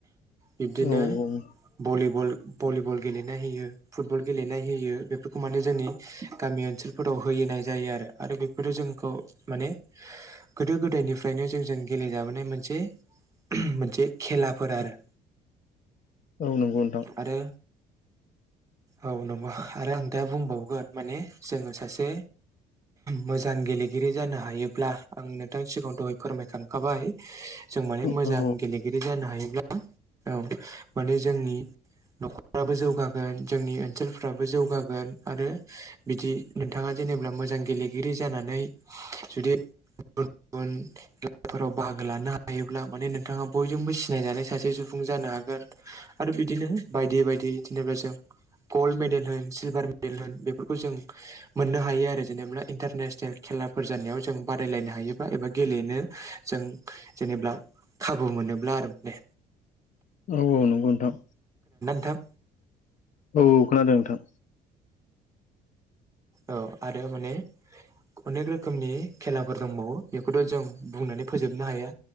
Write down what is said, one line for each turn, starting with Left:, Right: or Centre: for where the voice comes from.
Right: बिब्दिनो
Left: औ औ
Right: भलिबल भलिबल गेलेनाय होयो फुटबल गेलेनाय होयो बेफोरखौ माने जोंनि गामि ओनसोलफोराव होयैनाय जायो आरो आरो बेफोरो जोंखौ माने गोदो गोदायनिफ्राय नो जों जों गेलेजाबोनाय मोनसे मोनसे खेलाफोर आरो।
Left: औ नंगौ नोंथां।
Right: आरो औ नंगौ आरो आं दा बुंबावगोन माने जोङो सासे मोजां गेलेगिरि जानो हायोब्ला आं नोंथां सिगाङाव दहाय फोरमायखांखाबाय। जों माने
Left: औ
Right: मोजां
Left: औ
Right: गेलेगिरि जानो हायोब्ला औ माने जोंनि न'खरफ्राबो जौगागोन जोंनि ओनसोलफ्राबो जौगागोन आरो बिदि नोंथाङा जेनेबा मोजां गेलेगिरि जानानै जुदि गुबुन गुबुन खेलाफोराव बाहागो लानो हायोब्ला माने नोंथाङा बयजोंबो सिनायजानाय सासे सु सुबुं जानो हागोन आरो बिदिनो बायदि बायदि जेनेबा जों ग'ल मेडेल होन सल्भार मेडेल होन‌ बेफ फोरखौ जों मोननो हायो आरो जेनेबा इन्टारनेसनेल खेलाफोर जानायाव जों बादायलायनो हायोबा एबा गे गेलेनो जों जेनेबा खाबु मोनोब्ला आरो दे।
Left: औ औ नंगौ नोथां।
Right: थां
Left: औ औ खोनादों नोंथां।
Right: औ आरो माने अनेक रोखोमनि खेलाफोर दंबावो बेखौथ' जों बुंनानै फोजोबनो हाया